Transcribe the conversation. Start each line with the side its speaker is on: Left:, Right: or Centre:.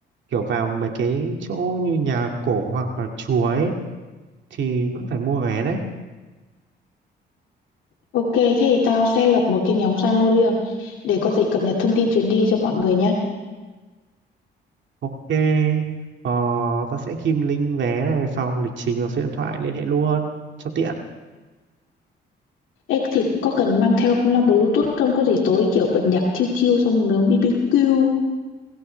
Right: kiểu vào mấy cái chỗ như nhà cổ hoặc là chùa ấy thì vẫn phải mua vé đấy.
Left: Ok, thế thì tao sẽ lập một cái nhóm Zalo riêng để có gì cập nhật thông tin chuyến đi cho mọi người nhé.
Right: Ok, ờ, tao sẽ kim link vé này, phòng, lịch trình và số điện thoại liên hệ luôn cho tiện.
Left: Ê, thì có cần mang theo loa Bluetooth không? Có gì tối kiểu bật nhạc chill chill xong nướng BBQ